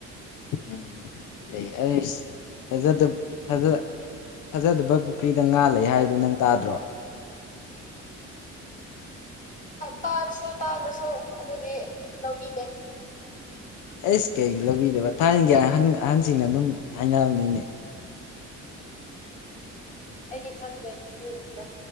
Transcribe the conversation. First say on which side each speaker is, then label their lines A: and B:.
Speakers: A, on the left (about 85°); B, on the left (about 25°).
A: ꯎꯝ ꯑꯩꯥꯖꯕ ꯊꯥꯖ ꯐꯖꯗꯕ ꯄꯨꯈ꯭ꯔꯤꯗ ꯉꯥꯂ ꯍꯥꯏꯗꯣ ꯅꯪ ꯇꯥꯗ꯭ꯔꯣ
B: <unintelligible> ꯇꯥꯔꯁꯨ ꯇꯥꯗ꯭ꯔꯁꯨ ꯑꯗꯨꯗꯤ ꯂꯧꯕꯤꯗꯦ
A: ꯑꯩꯁ ꯀꯩꯒꯤ ꯂꯧꯕꯤꯗꯕ ꯊꯥꯏꯅꯒꯤ ꯑꯍꯟꯁꯤꯡꯅ ꯑꯗꯨꯝ ꯍꯥꯏꯅꯕꯅꯤꯅꯦ ꯑ
B: ꯑꯩꯗꯤ ꯈꯪꯗꯦ ꯃꯟꯇ